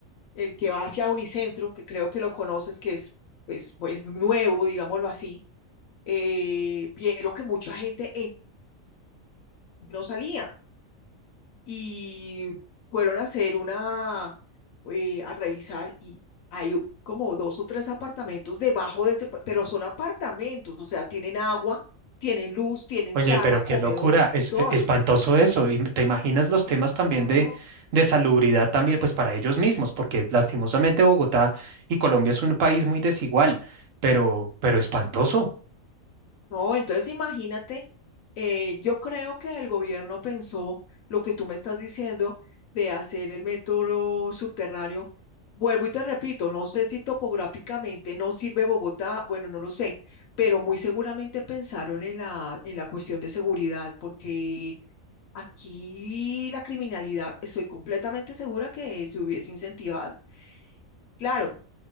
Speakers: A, on the left (about 80°); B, on the right (about 70°).
A: el que va hacia Unicentro, que creo que lo conoces, que es pues, pues nuevo, digámoslo así eh, vieron que mucha gente en- no salía y fueron a hacer una, eh, a revisar y hay u- como dos o tres apartamentos debajo de ese, pa- pero son apartamentos, o sea, tienen agua, tienen luz, tienen
B: Oye,
A: sala,
B: pero
A: comedor,
B: qué locura, es
A: todo.
B: e- espantoso eso. Y te imaginas los temas
A: Sí,
B: también
A: claro.
B: de, de salubridad también, pues para ellos mismos, porque lastimosamente Bogotá y Colombia es un país muy desigual, pero, pero espantoso.
A: No, entonces imagínate, eh, yo creo que el gobierno pensó lo que tú me estás diciendo de hacer el metro subterráneo. Vuelvo y te repito, no sé si topográficamente no sirve Bogotá, bueno, no lo sé, pero muy seguramente pensaron en la, en la cuestión de seguridad, porque aquí la criminalidad, estoy completamente segura que se hubiese incentivado. Claro,